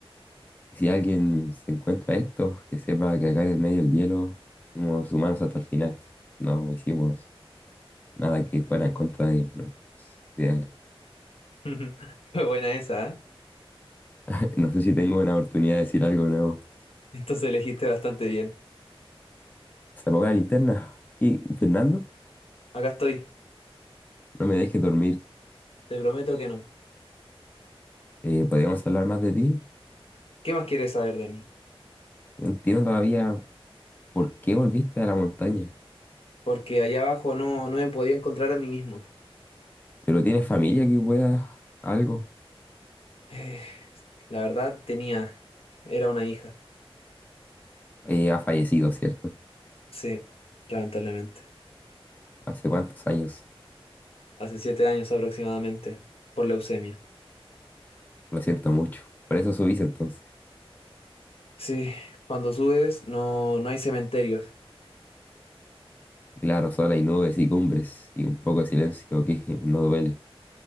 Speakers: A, on the left; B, on the left.
A: Y si alguien se encuentra esto, que sepa que acá en el medio del hielo fuimos humanos hasta el final. No hicimos nada que fuera en contra de nuestros ideales.
B: <laughs> Fue buena esa, ¿eh?
A: <laughs> No sé si tengo una oportunidad de decir algo nuevo.
B: Entonces elegiste bastante bien.
A: Se apagó la linterna. Y Fernando,
B: Acá estoy.
A: no me dejes dormir.
B: Te prometo que no.
A: Eh, ¿podríamos hablar más de ti?
B: ¿Qué más quieres saber de mí?
A: No entiendo todavía por qué volviste a la montaña.
B: Porque allá abajo no, no me podía encontrar a mí mismo.
A: Pero tienes familia que pueda algo.
B: Eh, la verdad tenía, era una hija,
A: Eh, ha fallecido, ¿cierto?
B: sí, lamentablemente,
A: ¿Hace cuántos años?
B: hace siete años aproximadamente, por leucemia.
A: Lo siento mucho. Por eso subís entonces.
B: Sí, cuando subes no, no hay cementerios.
A: Claro, solo hay nubes y cumbres y un poco de silencio que <laughs> no duele.